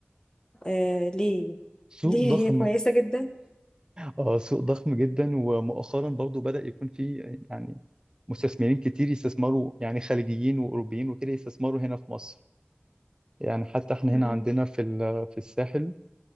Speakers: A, on the left (about 20°); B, on the right (about 20°).
A: آه ليه
B: سوق
A: ليه
B: ضخم
A: هي كويسة جدا
B: اه سوق ضخم جدا ومؤخرا برضو بدأ يكون في يعني مستثمرين كتير يستثمروا يعني خليجيين واوروبيين وكده يستثمروا هنا في مصر يعني حتى احنا
A: مم.
B: هنا عندنا في ال- في الساحل